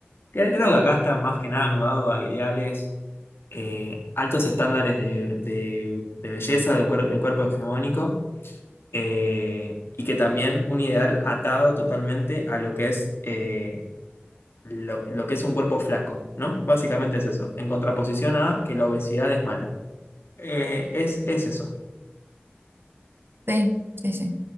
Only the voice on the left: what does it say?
Cre- Creo que acá está más que nada anudado a ideales, eh, altos estándares de, de- de belleza, de, cuer- de cuerpo hegemónico. eh, y que también un ideal atado totalmente a lo que es eh, lo, lo que es un cuerpo flaco, ¿no? Básicamente es eso, en contraposición a que la obesidad es mala. Eh, es, es eso.